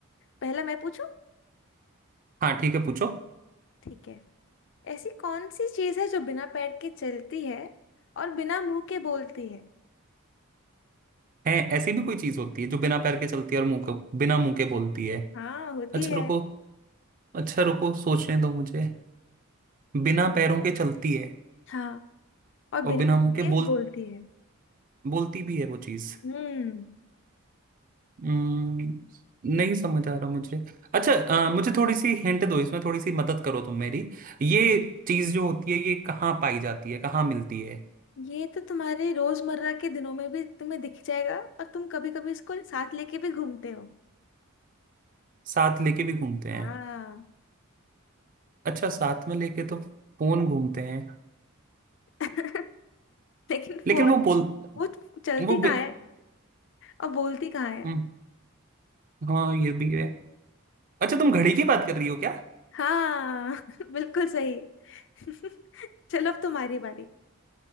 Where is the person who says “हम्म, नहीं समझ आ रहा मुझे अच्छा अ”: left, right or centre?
Right